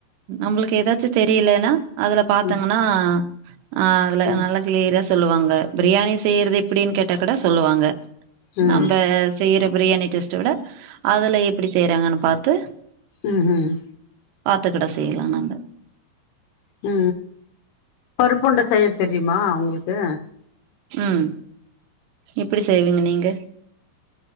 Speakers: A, on the right; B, on the left.
A: நமளுக்கு ஏதாச்சி தெரியலனா அதல பாத்தங்கனா
B: ம்
A: ஆஹ அதுல
B: ம்
A: நல்லா கிளீயரா சொலுவாங்க பிரியாணி செய்யறது எப்படின்னு கேட்டா கூட சொல்லுவாங்க
B: ம்
A: நம்ப செய்ற பிரியாணி டெஸ் விட அதுல எப்படி செய்யிறாங்கனு பாத்து
B: ம் ம்
A: த்தகடை செய்யலாம் நாங்க
B: ஆ பருப்புண்ட செய்யத் தெ தெரியமா உங்களுக்கு
A: ம் எப்படி செய்விங்க நீங்க